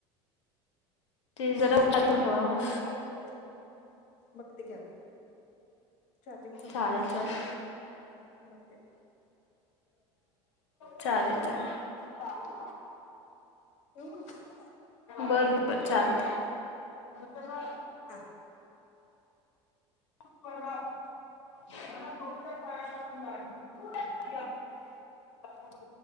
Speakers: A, on the left (about 85°); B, on the left (about 55°).
A: ते जरा <unintelligible>
B: जरा
A: ठेवा
B: आपण
A: मग.
B: चार्जिंग बघते की आता. चार्जिंग संपले
A: चालेल
B: असेल
A: चालेल
B: बगते.
A: चालेल चालेल!
B: चालेल चालेल ठेऊ मं.
A: बर बरं चालत.
B: <inaudible>
A: <inaudible>
B: हा
A: <unintelligible> <unintelligible>